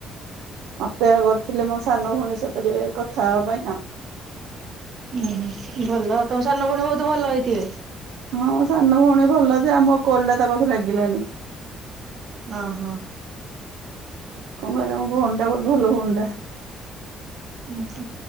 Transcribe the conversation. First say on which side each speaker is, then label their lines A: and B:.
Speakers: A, on the right; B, on the right.
A: ଅପେକ୍ଷା କରିଥିଲେ ମୋ ସାନ ଭଉଣୀ ସହିତ ଟିକେ କଥା ହେବା ପାଇଁନା
B: ଉହୁଁ ଭଲ ତମ ସାନ ଭଉଣୀ ବହୁତ ଭଲ ହେଇଥିବେ?
A: ହଁ ମୋ ସାନ ଭଉଣୀ ଭଲ ଯେ ଆମୋ କଲ୍ ଟା ତା ପାଖକୁ ଲାଗିଲାନି।
B: ଅ ହୋ
A: କଣ କରିବା ମୋ ଭଉଣୀ ଟା ବହୁତ ଭଲ ଭଉଣୀ ଟା
B: ଊଂହୁଁ